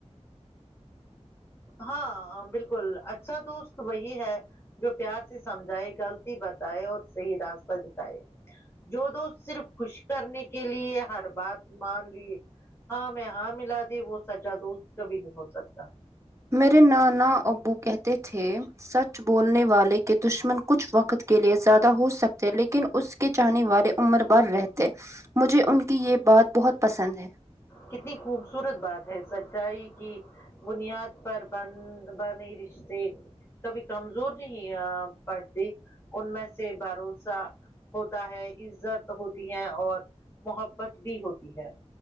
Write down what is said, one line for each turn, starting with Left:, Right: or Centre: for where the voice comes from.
Left: ہاں بالکل اچھا دوست وہی ہے جو پیار سے سمجھائے غلطی بتائے اور صحیح راستہ دکھائے جو دو صرف خوش کرنے کے لیے ہر بات مان لیے ہاں میں ہاں ملا دی وہ سچا دوست کبھی نہیں ہو سکتا
Right: میرے نانا ابو کہتے تھے سچ بولنے والے کے دشمن کچھ وقت کے لیے زیادہ ہو سکتے ہیں لیکن اس کے چاننے والے عمر بار رہتے مجھے ان کی یہ بات بہت پسند ہے
Left: کتنی خوبصورت بات ہے سچائی کی بنیاد پر بن بنے رشتے کبھی کمزور نہیں پڑتی ان میں سے بھروسہ ہوتا ہے عزت ہوتی ہے اور محبت بھی ہوتی ہے